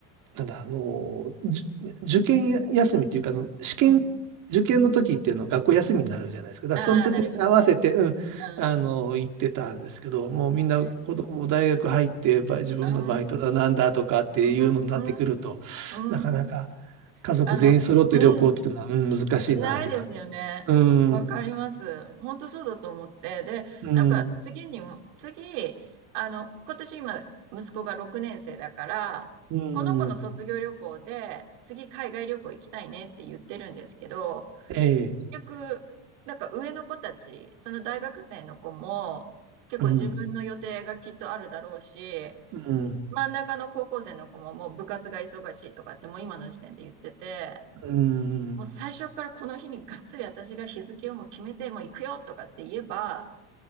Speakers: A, on the right; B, on the right.
A: なんだ、あの、じゅ受験休みっていうか、あの、試験、
B: うん。
A: 受験の時っていうのは学校休みになるじゃないですか。
B: うん。
A: だからその時に合わせて、
B: ああー、なりますね。
A: うん、
B: うん。
A: あの、行ってたんですけど、もうみんな子供も大学入って、
B: ね、
A: ば自分のバイトだなんだとかっていうのになってくると、
B: うん。うん。うん。うん。
A: なかなか家族全員揃って旅行っていうのは、
B: あの、うん。
A: うん、難しいなって感じ。
B: ないですよね。
A: うん、
B: わかります。本当そうだと思って。で、
A: うん、
B: なんか次にも、次、あの、今年今、息子が6年生だから、
A: うん、
B: この子の卒業旅行で、次海外旅行行きたいねって言ってるんですけど、
A: ええ、
B: 結局、なんか上の子たち、その大学生の子も、結構自分の予定がきっとあるだろうし、
A: うん、うん、
B: 真ん中の高校生の子ももう部活が忙しいとかってもう今の時点で言ってて、
A: うん。
B: もう最初からこの日にがっつり私が日付をもう決めて、もう行くよとかって言えば、